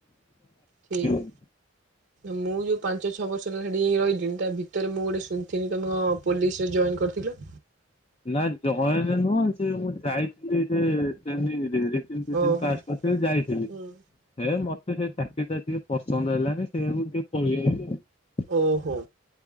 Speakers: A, on the right (about 55°); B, on the left (about 30°).
A: ଠିକ୍।
B: <unintelligible>
A: ମୁଁ ଯୋଉ ପାଞ୍ଚ ଛଅ ବର୍ଷ ହେଲା ସେଠି ରହିଲି ତା ଭିତରେ ମୁଁ ଗୋଟେ ଶୁଣିଥିନି ତମ କଣ ପୋଲିସ ରେ ଜଏନ କରିଥିଲ।
B: ନା ଜଏନ ନୁହଁ ସେ ମୁଁ ଯାଇଥିଲି ରେ ଟ୍ରେନିଙ୍ଗ ରେ ରିଟିନ ଫିଟିନ
A: ଓହୋ
B: ପାସ କରିଥିଲି ଯାଇଥିଲି।
A: ହୁଁ
B: ହେ ମତେ ସେ ଚାକିରି ଟା ଟିକେ ପସନ୍ଦ ହେଲାନି ସେୟାକୁ ଟିକେ ପଳେଇ ଆଇଲି ଆଉ।
A: ଓହୋ।